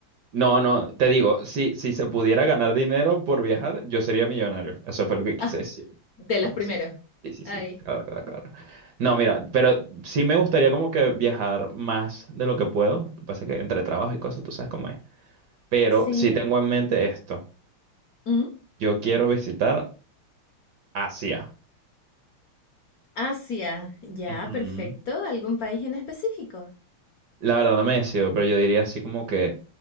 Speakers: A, on the right; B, on the left.
A: No, no, te digo, si, si se pudiera ganar dinero por viajar, yo sería millonario. Eso fue lo que quise
B: Ah,
A: decir.
B: de los
A: Lo paso.
B: primeros.
A: Sí, sí, sí,
B: Ay.
A: claro, claro, claro. No, mira, pero sí me gustaría como que viajar más de lo que puedo. Lo que pasa es que entre trabajo y cosas, tú sabes cómo es. Pero
B: Sí.
A: sí tengo en mente esto.
B: Mm.
A: Yo quiero visitar Asia.
B: Asia. Ya,
A: Ujú.
B: perfecto. ¿Algún país en específico?
A: La verdad no me decido, pero yo diría así como que